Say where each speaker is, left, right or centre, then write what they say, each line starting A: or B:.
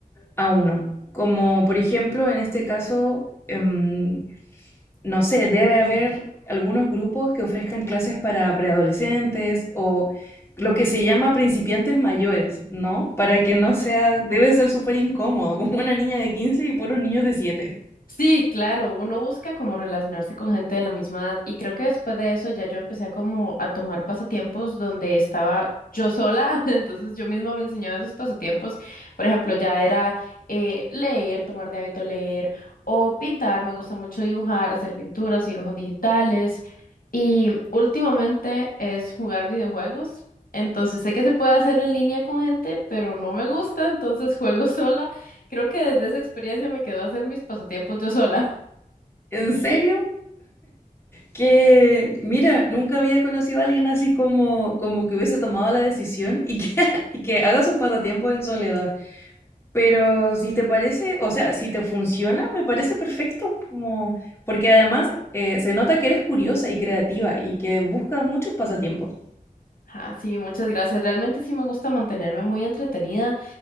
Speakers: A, on the left; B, on the left.
A: a uno. Como por ejemplo, en este caso, em, No sé, debe haber algunos grupos que ofrezcan clases para preadolescentes o lo que se llama principiantes mayores, ¿no? Para que no sea, debe ser súper incómodo, como una niña de 15 y puros niños de 7.
B: Sí, claro, uno busca como relacionarse con gente de la misma edad y creo que después de eso ya yo empecé a como a tomar pasatiempos donde estaba yo sola, <laughs> entonces yo misma me enseñaba esos pasatiempos, por ejemplo, ya era eh, leer, tomar de hábito leer o pintar, me gusta mucho dibujar, hacer pinturas, dibujos digitales y últimamente es jugar videojuegos, entonces sé que se puede hacer en línea con gente, pero no me gusta, entonces juego <laughs> sola. Creo que desde esa experiencia me quedó hacer mis pasatiempos yo sola. <laughs>
A: ¿En serio? Que, mira, nunca había conocido a alguien así como, como que hubiese tomado la decisión y que, <laughs> y que haga sus pasatiempos en soledad. Pero si te parece, o sea, si te funciona, me parece perfecto, como, porque además eh, se nota que eres curiosa y creativa y que buscas muchos pasatiempos.
B: Ah, sí, muchas gracias. Realmente sí me gusta mantenerme muy entretenida.